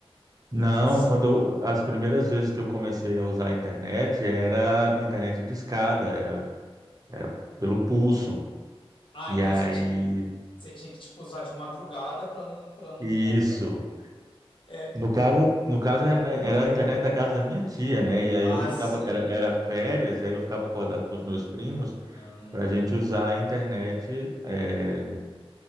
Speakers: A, on the left; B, on the right.
A: outro
B: Não, quando eu, as primeiras vezes que eu comecei a usar a internet era internet discada, era, era pelo pulso.
A: Ah,
B: E
A: então
B: aí,
A: você, ti- você tinha que tipo usar de madrugada para não para não
B: isso.
A: vir a ca- É.
B: No caso, no caso era, era a internet da casa da minha tia, né? E aí
A: Ah,
B: eu ficava,
A: sim.
B: era, era férias, aí eu ficava acordado com os meus primos
A: Hum.
B: para a gente usar a internet eh,